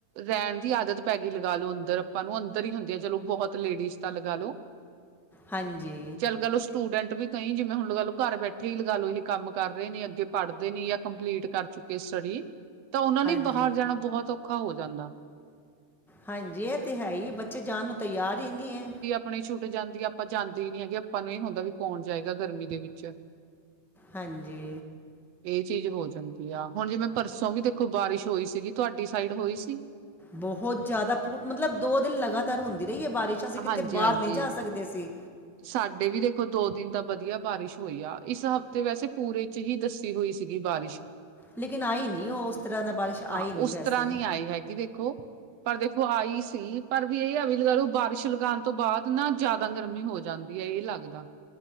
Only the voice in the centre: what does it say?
ਹਾਂਜੀ।
ਹਾਂਜੀ
ਹਾਂਜੀ ਇਹ ਤੇ ਹੈ ਹੀ, ਬੱਚੇ ਜਾਣ ਨੂੰ ਤਿਆਰ ਹੀ ਨਹੀਂ ਹੈ।
ਹਾਂਜੀ।
ਬਹੁਤ ਜ਼ਿਆਦਾ, ਮਤਲਬ ਦੋ ਦਿਨ ਲਗਾਤਾਰ ਹੁੰਦੀ ਰਹੀ ਹੈ। ਬਾਰਿਸ਼ ਅਸੀਂ ਕਿਤੇ
ਬਾਹਰ
ਨਹੀਂ ਜਾ ਸਕਦੇ ਸੀ।
ਲੇਕਿਨ ਆਈ ਨਓ ਉਸ ਤਰ੍ਹਾਂ ਦਾ ਬਾਰਿਸ਼ ਆਈ
ਹੀ ਨਈ
ਵੈਸੇ